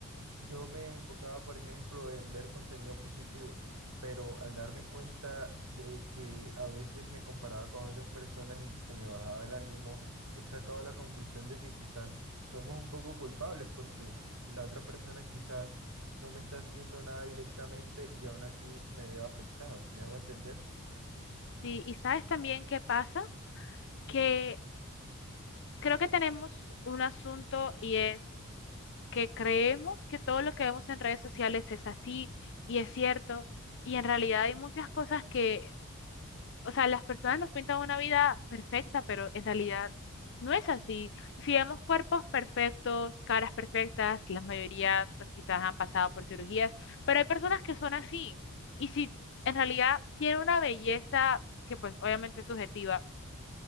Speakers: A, on the right; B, on the left.
A: Yo me enfocaba, por ejemplo, en ver contenido positivo, pero al darme cuenta de que a veces me comparaba con otras personas y se me bajaba el ánimo, he sacado la conclusión de que quizás somos un poco culpables porque la otra persona quizás no me está haciendo nada directamente y aún así me veo afectado. ¿Me hago entender?
B: Sí, y sabes también qué pasa, que creo que tenemos un asunto y es que creemos que todo lo que vemos en redes sociales es así y es cierto. Y en realidad hay muchas cosas que O sea, las personas nos pintan una vida perfecta, pero en realidad no es así. Si vemos cuerpos perfectos, caras perfectas, la mayoría pues quizás han pasado por cirugías, pero hay personas que son así. Y si en realidad tiene una belleza que pues obviamente es subjetiva,